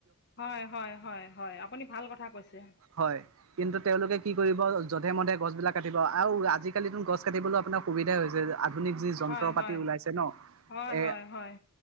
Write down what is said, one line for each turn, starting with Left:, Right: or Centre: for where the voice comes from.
Left: হয় -হয় -হয়- হয় আপুনি ভাল কথা কৈছে।
Right: হয় কিন্তু তেওঁলোকে কি কৰিব জধে মধে গছ বিলাক কাটিব, আৰু আজিকালিতো গছ কাটিবলৈ আপোনাৰ সুবিধাই হৈছে। আপুনি যি যন্ত্ৰ
Left: হয়
Right: -পাতি
Left: হয়
Right: উলাইছে নহ
Left: হয়
Right: এহ
Left: হয় হয়